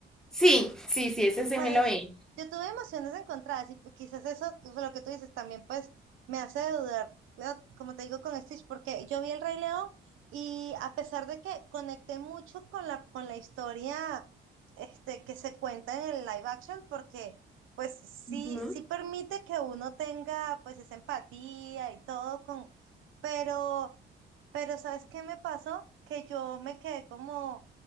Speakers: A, in the centre; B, on the right.
A: Sí, sí, sí, ese se
B: Pues
A: me lo vi.
B: yo tuve emociones encontradas y pues, quizás eso, pues, lo que tú dices también, pues me hace dudar, pero, como te digo con Stitch, porque yo vi El Rey León y a pesar de que conecté mucho con la, con la historia este, que se cuenta en el live action, porque pues sí,
A: Ujú.
B: sí permite que uno tenga pues esa empatía y todo con, pero... Pero ¿sabes qué me pasó? Que yo me quedé como,